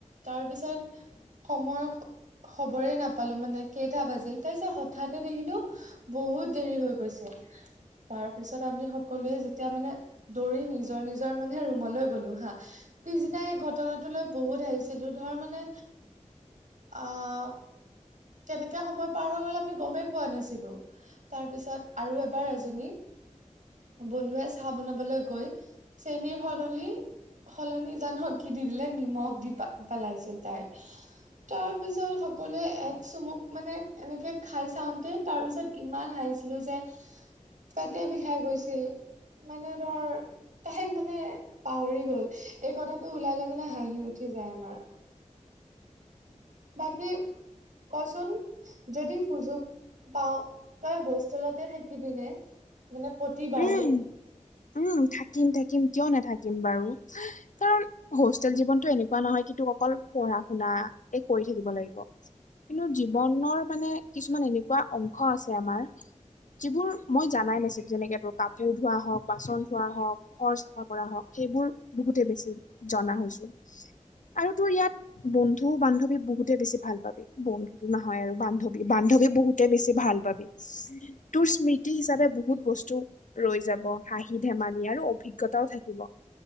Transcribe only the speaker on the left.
উম, উম থাকিম থাকিম কিয় নাথাকিম বাৰু। কাৰণ হোষ্টেল জীৱনটো এনেকুৱা নহয় কি তোৰ অকল পঢ়া শুনা এই কৰি থাকিব লাগিব। কিন্তু জীৱনৰ মানে কিছুমান এনেকুৱা অংশ আছে আমাৰ যিবোৰ মই জানাই নাছিলোঁ যেনেকে ত কাপোৰ ধোৱা হওঁক, বাচন ধোৱা হওঁক, ঘৰ চাফা কৰা হওঁক, সেইবোৰ বহুতেই বেছি জনা হৈছোঁ আৰু তোৰ ইয়াত বন্ধু বান্ধৱী বহুতে বেছি ভাল পাবি। বন্ধুতো নহয় আৰু বান্ধৱী বান্ধৱী বহুতে বেছি ভাল পাবি। তোৰ স্মৃতি হিচাপে বহুত বস্তু ৰৈ যাব হাঁহি ধেমালি আৰু অভিজ্ঞতাও থাকিব।